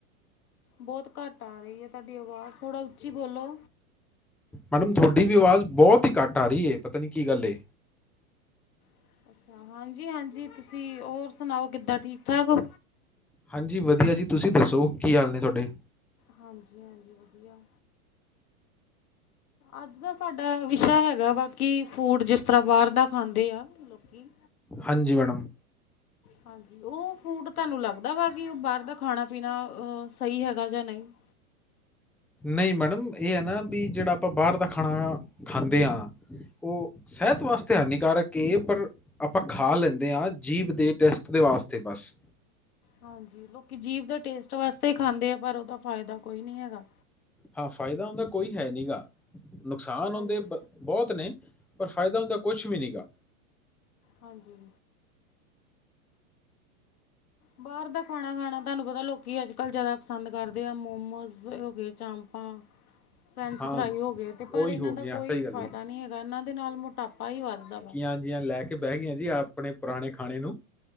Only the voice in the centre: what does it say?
ਮੈਡਮ ਥੋਡੀ ਵੀ ਆਵਾਜ਼ ਬਹੁਤ ਹੀ ਘੱਟ ਆ ਰਹੀ ਏ ਪਤਾ ਨੀ ਕੀ ਗੱਲ ਏ।
ਹਾਂਜੀ ਵਧੀਆ ਜੀ। ਤੁਸੀਂ ਦੱਸੋ ਕੀ ਹਾਲ ਨੇ ਥੋਡੇ?
ਹਾਂਜੀ ਮੈਡਮ
ਨਹੀਂ ਮੈਡਮ ਇਹ ਐ ਨਾ ਵੀ ਜਿਹੜਾ ਆਪਾਂ ਬਾਹਰ ਦਾ ਖਾਣਾ ਖਾਂਦੇ ਆਂ ਉਹ ਸ ਸੈਹਤ ਵਾਸਤੇ ਹਾਨੀਕਾਰਕ ਏ ਪਰ ਆਪਾਂ ਖਾ ਲੈਂਦੇ ਹਾਂ ਜੀਭ ਦੇ ਟੈਸਟ ਦੇ ਵਾਸਤੇ ਬਸ
ਹਾਂ ਫਾਇਦਾ ਹੁੰਦਾ ਕੋਈ ਹੈ ਨੀ ਗਾ ਨੁਕਸਾਨ
ਹੁੰਦੇ ਪਰ ਬਹੁਤ ਨੇ ਪਰ ਫ਼ਾਇਦਾ ਹੁੰਦਾ ਕੁਛ ਵੀ ਨੀ ਗਾ
ਹਾਂ
ਉਹੀ
ਹੋ
ਗਈਆਂ
ਸਹੀ ਗੱਲ
ਹੈ ਜੀ
ਹਾਂਜੀ ਹਾ ਲੈ ਕੇ ਬਹਿ ਗੇ ਆਂ ਜੀ ਆਪਣੇ ਪੁਰਾਣੇ ਖਾਣੇ ਨੂੰ